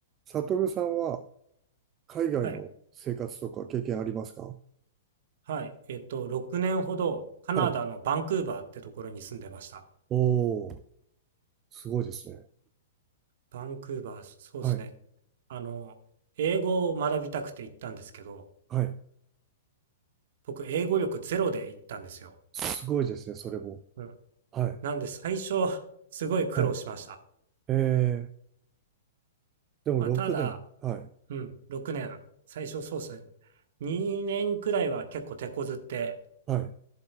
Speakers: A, on the right (about 25°); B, on the right (about 55°).
A: サトルさんは海外の生活とか経験ありますか
B: はい。はい。えっと、6年ほどカナダのバンクーバーってところに住んでました。
A: はい。おー、すごいですね。
B: バンクーバー、そうですね。
A: はい、
B: あの、英語を学びたくて行ったんですけど、
A: はい。
B: 僕、英語力ゼロで行ったんですよ。
A: すごいですね、それも。
B: うん。
A: はい、
B: なんで、最初、<laughs> すごい苦労しました。
A: はい。えー、でも6年。
B: まあ、ただ、
A: はい、
B: うん、6年、最初そうですね。2年くらいは結構手こずって、
A: はい、